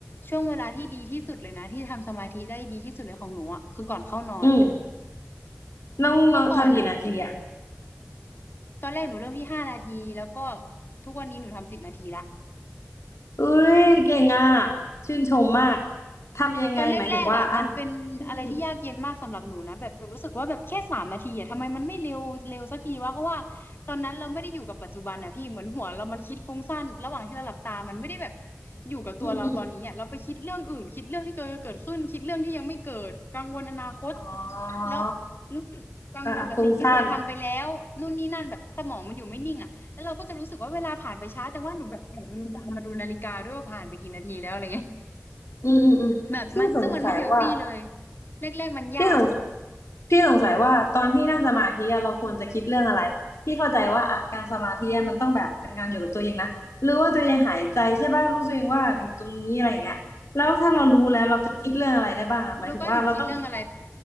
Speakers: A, on the left; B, on the left.
A: ช่วงเวลาที่ดีที่สุดเลยนะที่ทำสมาธิได้ดีที่สุดเลยของหนูอ่ะคือก่อนเข้านอน
B: อืม น้องเราทำกี่นาทีอ่ะ
A: เมื่อก่อนอะตอนแรกหนูเริ่มที่ห้านาที แล้วก็ทุกวันนี้หนูทำสิบนาทีละ
B: เอ้ยเก่งอ่ะชื่นชมมากทำยังไงหมายถึงว่าอ่ะ
A: ตอนแรกๆอ่ะมันเป็นอะไรที่ยากเย็นมากสำหรับหนูนะแบบหนูรู้สึกว่าแบบแค่สามนาทีอ่ะทำไมมันไม่เร็วเร็วสักทีวะเพราะว่าตอนนั้นเราไม่ได้อยู่กับปัจจุบันอ่ะพี่เหมือนหัวเรามันคิดฟุ้งซ่านระหว่างที่เราหลับตามันไม่ได้แบบ
B: อืม
A: อยู่กับตัวเราตอนนี้อ่ะเราไปคิดเรื่องอื่นคิดเรื่องที่เกิดเกิดขึ้นคิดเรื่องที่ยังไม่เกิดกังวลอนาคต
B: อืมอืมอมอ๋อ
A: แล้วรู้สึกกังวลกับสิ่งที่เคยทำไปแล้วนู่นนี่นั่นแบบสมองมันอยู่ไม่นิ่งอ่ะแล้วเราก็จะรู้สึกว่าเวลาผ่านไปช้าจังว่าหนูแบบแอบลืมตามาดูนาฬิกาด้วยว่าผ่านไปกี่นาทีแล้วอะไรเงี้ย
B: อ่ะฟุ้งซ่านอืมอืมอืมพี่สงสัยว่า
A: แบบมันซึ่งมันไม่เฮลตี้เลยแรกๆมันยาก
B: พี่สงพี่สงสัยว่าตอนที่นั่งสมาธิอะเราควรจะคิดเรื่องอะไรพี่เข้าใจว่าอ่ะการสมาธิอะมันต้องแบบเป็นการอยู่กับตัวเองนะหรือว่าตัวเองหายใจใช่ป่ะรู้ตัวเองว่าอยู่ตรงนี้อะไรอย่างเงี้ยแล้วถ้าเรารู้แล้วเราจะคิดเรื่องอะไรได้บ้างอะหมายถึงว่าเราต้องคิดว่า
A: เออ รู้ป่ะหนูคิดเรื่องอะไร